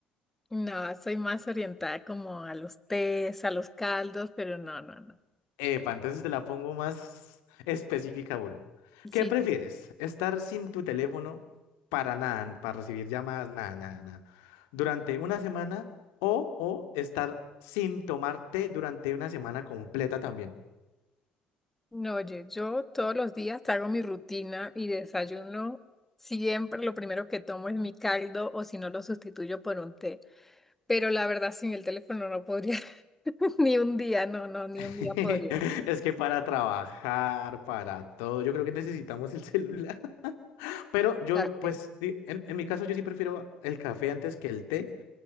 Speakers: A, in the centre; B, on the left.
A: No, soy más orientada como a los tés, a los caldos, pero no, no, no.
B: Epa, entonces te la pongo más específica, Bull.
A: Sí,
B: ¿Qué prefieres?
A: sí.
B: ¿Estar sin tu teléfono para nada, para recibir llamadas, nada, nada, nada, durante una semana o, o estar sin tomarte durante una semana completa también?
A: no, oye, yo todos los días hago mi rutina y desayuno. Siempre lo primero que tomo es mi caldo o si no lo sustituyo por un té. Pero la verdad, sin el teléfono no podría, <laughs> ni un día, no, no, ni
B: <laughs>
A: un día podría. ¿no?
B: Es que para trabajar, para todo, yo creo que necesitamos el celular. <laughs> Pero
A: Totalmente.
B: yo, pues, di- en, en mi caso, yo sí prefiero el café antes que el té.